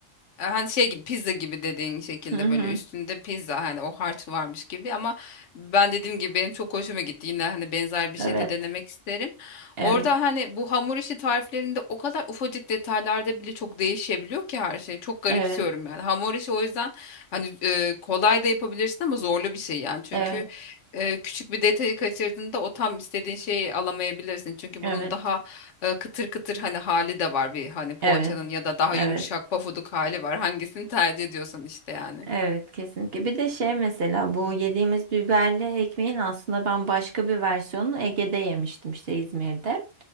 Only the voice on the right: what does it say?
Hı hı.
Evet,
evet,
evet,
evet,
evet,
evet,
evet,
evet, kesinlikle. Bir de şey mesela bu yediğimiz biberli ekmeğin aslında ben başka bir versiyonunu Ege'de yemiştim işte İzmir'de.